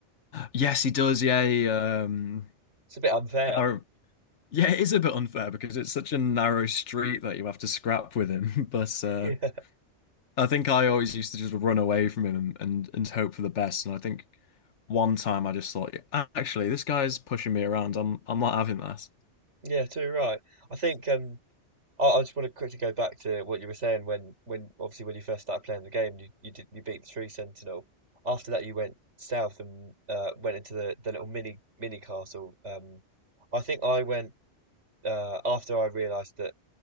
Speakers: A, on the left (about 80°); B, on the right (about 85°).
A: Yes, he does. Yeah, he, um,
B: It's a bit unfair.
A: are, yeah, it is a bit unfair because it's such a narrow street that you have to scrap with him. <laughs> But
B: <laughs>
A: uh,
B: Yeah,
A: I think I always used to just run away from him and, and and hope for the best. And I think one time I just thought, "Yeah, actually, this guy's pushing me around. I'm I'm not having that.
B: yeah, too right. I think um I, I just want to quickly go back to what you were saying when when obviously when you first started playing the game, you you did you beat the Tree Sentinel. After that you went south and uh went into the the little mini mini castle. Um I think I went uh after I realized that